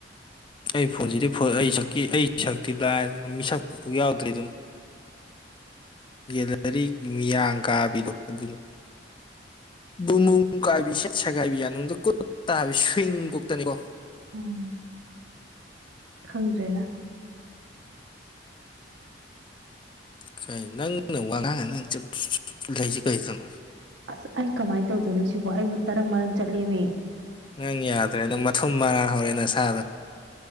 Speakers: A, on the left (about 25°); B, on the right (about 80°).
A: ꯑꯩ ꯐꯣꯟꯁꯤꯗꯤ ꯑꯩ ꯁꯛꯀꯤ ꯑꯩ ꯁꯛꯇꯤ ꯂꯥꯏꯗꯅ ꯃꯤꯁꯛ ꯌꯥꯎꯗ꯭ꯔꯤ ꯗꯨꯅꯤ ꯒꯦꯂꯔꯤ ꯃꯤꯌꯥꯡ ꯀꯥꯕꯤꯗꯣ ꯑꯗꯨꯅꯤ ꯕꯨꯕꯨꯡ ꯀꯥꯏꯕꯤ ꯁꯠ ꯁꯦꯒꯥꯏꯕꯤ ꯌꯥꯅꯨꯡ ꯀꯨꯠ ꯇꯥꯕꯤ ꯁ꯭ꯋꯤꯡ ꯀꯨꯛꯇꯅꯤꯀꯣ
B: ꯎꯝ ꯈꯪꯗ꯭ꯔꯦꯗ
A: ꯀꯩ ꯅꯪꯅ ꯋꯥꯉꯥꯡꯉ ꯅꯪ ꯆꯨ ꯆꯨꯞ ꯂꯩꯁꯦ ꯀꯩꯅꯣ
B: ꯑꯁ ꯑꯩ ꯀꯃꯥꯏꯅ ꯇꯧꯗꯣꯏꯅꯣ ꯁꯤꯕꯨ ꯑꯩꯕꯨ ꯇꯔꯪ ꯃꯔꯪ ꯆꯠꯂꯤꯃꯤ
A: ꯅꯪ ꯌꯥꯗ꯭ꯔꯦ ꯅꯪ ꯃꯊꯨꯝ ꯃꯔꯥꯡ ꯍꯧꯔꯦ ꯅꯁꯥꯗꯣ